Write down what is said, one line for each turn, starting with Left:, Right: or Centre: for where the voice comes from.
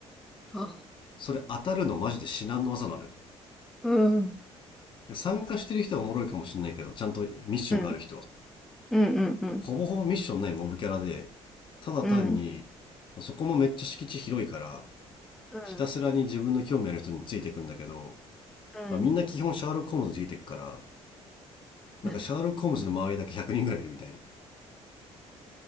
Centre: あ、
Left: それ当たるのマジで至難の技なのよ。
Centre: うん、うん、
Left: 参加してる人はおもろいかもしれないけどちゃんとミッションがある人は
Centre: うん、うん、うん、
Left: ほぼほぼミッションないモブキャラでただ単に
Centre: うん、
Left: そこもめっちゃ敷地広いから
Centre: うん、
Left: ひたすらに自分の興味ある人についていくんだけど
Centre: うん。
Left: みんな基本シャーロック・ホームズについていくから
Centre: <laughs>
Left: なんかシャーロック・ホームズの周りだけ100人ぐらいいるみたいな